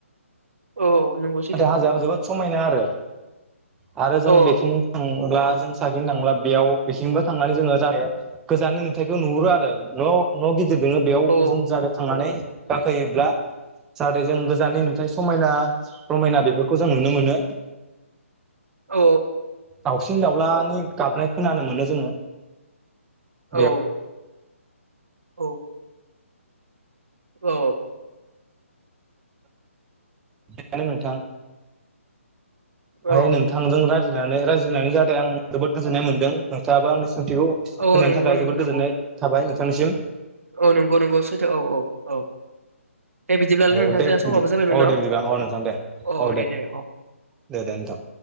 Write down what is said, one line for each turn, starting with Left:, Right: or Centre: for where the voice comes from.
Right: औ नंगौसैथो
Centre: नाथाय हाजोआबो जोबोद समायना आरो आरो जों
Right: औ
Centre: बेखिनि थांब्ला जों साखिनो थांब्ला बेयाव बेसिबो थांनानै जोङो जाहाथे गोजाननि नुथायखौ नुहुरो आरो न' न' गिदिर दङो बेयाव
Right: औ
Centre: जों जागा थांनानै गाखोयोब्ला जाहाथे जों गोजाननि नुथाय समायना रमायना बेफोरखौ जों नुनो मोनो <inaudible>
Right: औ
Centre: दउसिन दउ लानि गाबनाय खोनानो मोनो जोङो बेयावनो
Right: औ औ औ
Centre: बेनो नोंथां ओमफाय
Right: औ
Centre: नोंथांजों रायजिनानै रायजिनायनि ज आं जोबोद गोजोननाय मोन्दों नोंथाङाबो आंनि बेखौ होनायनि
Right: औ नंगौ
Centre: थाखाय
Right: नंगौ
Centre: जोबोद
Right: नों
Centre: गोजोननाय
Right: औ
Centre: थाबाय नोंथांनिसिम
Right: औ नंगौ नंगौ सैथो औ औ औ दे बिदिब्लालाय
Centre: औ
Right: नोंथां
Centre: दे
Right: ज समाबो
Centre: बिदि
Right: जाबायमोन
Centre: औ
Right: न'
Centre: दे बिदिबा औ नोंथां दे
Right: अ
Centre: औ
Right: दे दे अ
Centre: दे दे नोंथां